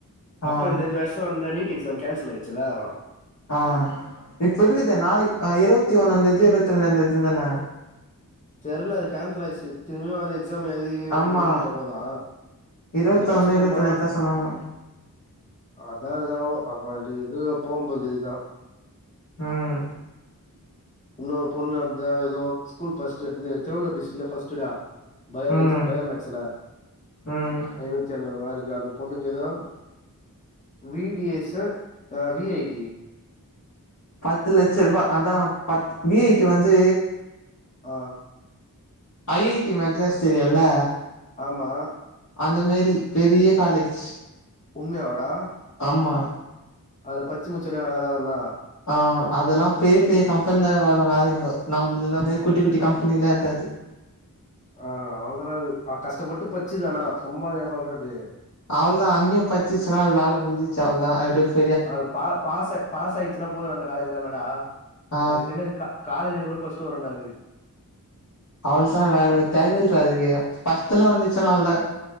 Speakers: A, on the left; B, on the left.
A: அப்ப
B: ஆ
A: இந்தது வருஷோ வந்தா நீட் எக்ஸாம் கேன்சல் ஆயிடுச்சுலா
B: ஆ இப்ப இருக்குது நாய் இருவத்தி ஒன்னாந்தேதியோ இருவத்தி ரெண்டாந்தேதி தான
A: தெரில அது கேன்சல் ஆயிச்சு திரும்ப அது எக்ஸாம் எழுதி
B: ஆமா
A: மெடிக்கல் பாப்போதா
B: இருவத்தொன்னு
A: அதுக்குவசோ
B: இருவத்தி
A: சும்மா
B: ரெண்டுதா சொன்னாங்க
A: அதா இதுல ஆவு அப்ப அது இதுல போம்போது தா
B: ம்
A: இன்னொரு பொண்ணு அதா எதோ ஸ்கூல் ஃபர்ஸ்ட் எடுக்த்துது திருவள்ளுவர் டிஸ்ட்ரிக்ட்ல ஃபர்ஸ்ட்டு டா பயாலஜி
B: ம்
A: பயோமேக்ஸ்ல
B: ம்
A: ஐநூத்தி ஐம்பது மார்க் அந்த பொண்ணுக்கு எதோ வி டி எஸ்ஸோ அ வி ஐ டி
B: பத்து லட்சருபா அதா பத் வி ஐ டி வந்து
A: ஆ
B: ஐ ஐ டி மெட்ராஸ் தெரியுல்ல
A: ஆமா.
B: அந்த மாரி பெரிய காலேஜ்
A: உண்மையாவாடா
B: ஆமா
A: அதுல பச்சு முச்சொன்னே வேற லெவல் நா
B: ஆ அதல்லா பெரிய பெரிய கம்பெனில வரு வேலைங்கோ நம்மளுது எல்லாமே குட்டி குட்டி கம்பனிலா இருக்காது <inaudible>
A: ஆ அவள்துனது அ கஷ்டப்பட்டு பச்சுது அனா சும்மா ஏ சொல்றது
B: அவள்தா அங்கயு படிச்சுச்சுனா அது வேல முடிஞ்சிருச்சு அவளதா எப்படியோ
A: அ அது பா பாச பாஸ் ஆயிடுச்சுன்னா போது அந்த காலேஜ்ல இல்ல டா
B: ஆ
A: எனக்கு தெரிஞ்சு அது கா காலேஜ்ல கூட பஸ்ட்டு வருன்டா அது
B: அவள்சா வேற
A: அ
B: தேவல்ரா அதுக்கு ஃபர்ஸ்ட் எல்லா வந்துச்சுன்னா அவள்ள தான்